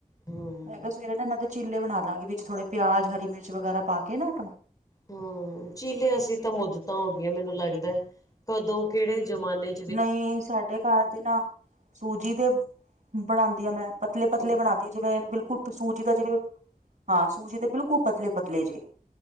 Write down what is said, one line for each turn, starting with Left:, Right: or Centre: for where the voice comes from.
Left: ਹੂੰ
Right: ਮੈਂ ਕਿਹਾ ਸਵੇਰੇ ਨਾ ਇਹਨਾਂ ਦੇ ਚੀੱਲੇ ਬਣਾਦਾਂਗੇ, ਵਿੱਚ ਥੋੜੇ ਪਿਆਜ, ਹਰੀ ਮਿਰਚ ਵਗੈਰਾ ਪਾਕੇ ਨਾ, ਟਮ
Left: ਹੂੰ। ਹੂੰ, ਚੀਲੇ ਅਸੀਂ ਤਾਂ ਮੁੱਦਤਾਂ ਹੋ ਗਈਆਂ ਮੈਨੂੰ ਲੱਗਦਾ ਕਦੋਂ ਕਿਹੜੇ ਜਮਾਨੇ
Right: ਨਹੀਂ ਸਾਡੇ ਘਰ ਤੇ ਨਾ ਸੂਜੀ ਦੇ ਬਣਾਦੀ ਆ ਮੈਂ। ਪਤਲੇ, ਪਤਲੇ
Left: ਸੂ
Right: ਬਣਾਂਦੀ ਜਿਵੇਂ, ਬਿਲਕੁਲ ਸੂਜੀ ਦਾ ਜਿਵੇਂ ਹਾਂ, ਸੂਜੀ ਦੇ ਬਿਲਕੁਲ ਪਤਲੇ-ਪਤਲੇ, ਜੇ